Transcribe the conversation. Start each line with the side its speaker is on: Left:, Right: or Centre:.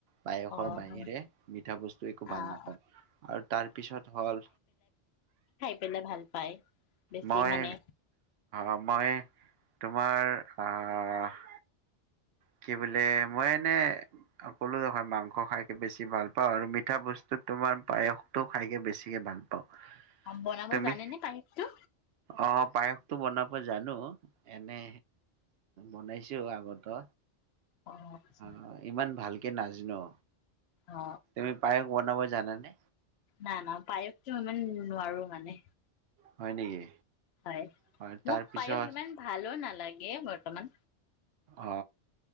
Right: বায়সৰ
Left: অ অ
Right: বাহিৰে
Left: হয়
Right: মিঠা বস্তু একো ভাল
Left: অ
Right: নাপাওঁ
Left: অ
Right: আৰু তাৰ পিছত হ'ল।
Left: পাই ভাল পায়? বেছি
Right: মই
Left: মানে
Right: অ মই। তোমাৰ আহ। কি বোলে মই এনে কলো দেখোন মাংস খাইকে বেছি ভাল পাওঁ, আৰু মিঠা বস্তুত তোমাৰ পায়সটো খাইকে বেছিকে ভাল পাওঁ।
Left: বনাব
Right: তুমি
Left: জানেনে পায়সটো?
Right: অ পায়সটো বনাব জানো এনে। বনাইছো আগতো।
Left: অ আচ্ছা
Right: অ ইমান ভালকে। নাজানো।
Left: অ
Right: তমি পায়ক বনাব। জানানে?
Left: নাই না, পায়সটো ইমান নোৱাৰো মানে।
Right: হয় নেকি?
Left: হয়
Right: হয় তাৰপিছত
Left: মোক পায়োখ সিমান ভালো নালাগে। বৰ্ত্তমান।
Right: অ